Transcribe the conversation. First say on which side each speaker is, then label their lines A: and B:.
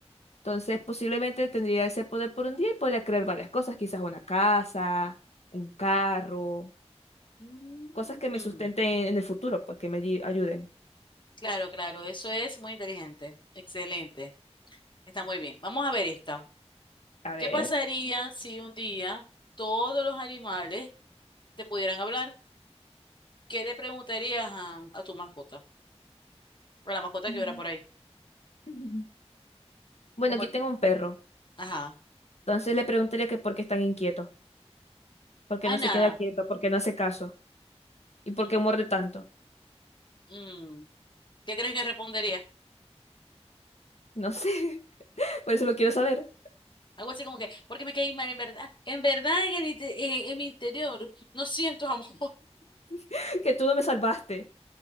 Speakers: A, on the left; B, on the left.
A: Entonces, posiblemente tendría ese poder por un día y podría crear varias cosas, quizás una casa, un carro,
B: Ujú.
A: cosas que me sustenten en el futuro, pues que me ayi- ayuden.
B: Claro, claro, eso es muy inteligente. Excelente. Está muy bien. Vamos a ver esta.
A: A ver.
B: ¿Qué pasaría si un día todos los animales te pudieran hablar? ¿Qué le preguntarías a, a tu mascota? Pero la mascota
A: Mm.
B: que hubiera por ahí.
A: <laughs> Bueno,
B: Como
A: aquí
B: el...
A: tengo un perro.
B: Ajá.
A: Entonces le preguntaría que por qué es tan inquieto, por qué
B: Ay,
A: no
B: nada.
A: se queda quieto, por qué no hace caso y por
B: Sí.
A: qué muerde tanto.
B: Mm, ¿Qué crees que respondería?
A: No sé, <laughs> por eso lo quiero saber,
B: Algo así como que, porque me caí mal, en verdad. En verdad, en, el inte- eh, en mi interior, no siento amor. <laughs>
A: <laughs> que tú no me salvaste.